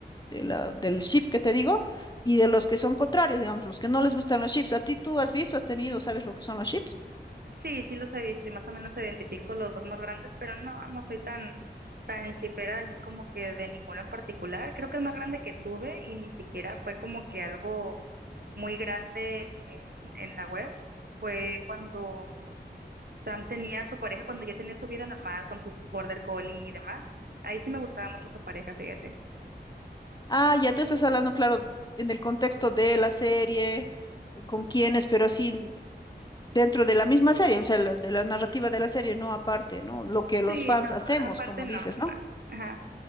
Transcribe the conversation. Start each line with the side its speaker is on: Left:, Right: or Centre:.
Left: de la- del chip que te digo, y de los que son contrarios, digamos, los que no les gustan los chips. ¿A ti tú has visto, has tenido, sabes lo que son los chips?
Right: Sí, sí los he visto y más o menos identifico los dos más grandes, pero no, no soy tan, tan shippera y como que de ninguno en particular. Creo que el más grande que tuve y ni siquiera fue como que algo muy grande en, en la web fue cuando Sam tenía a su pareja, cuando ya tenía su vida normal con su border collie y demás. Ahí sí me gustaba mucho esa pareja, fíjate.
Left: Ah, ya tú estás hablando, claro, en el contexto de la serie, eh, con quiénes, pero así dentro de la misma serie, o sea, lo- de la narrativa de la serie, no aparte, ¿no? Lo que
Right: Sí,
Left: los fans
Right: no,
Left: hacemos,
Right: aparte
Left: como
Right: no,
Left: dices, ¿no?
Right: no. Ajá.